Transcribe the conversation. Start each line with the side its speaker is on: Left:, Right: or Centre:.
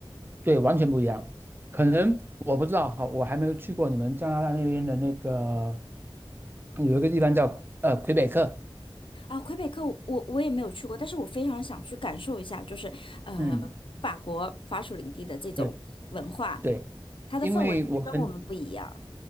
Right: 对，完全不一样。可能我不知道哈，我还没有去过你们加拿大那边的那个有一个地方叫呃魁北克。
Left: 啊，魁北克我我也没有去过，但是我非常想去感受一下，就是呃法国法属领地的这种文化，
Right: 嗯，对对，
Left: 它的氛围跟我们不一样。
Right: 因为我很。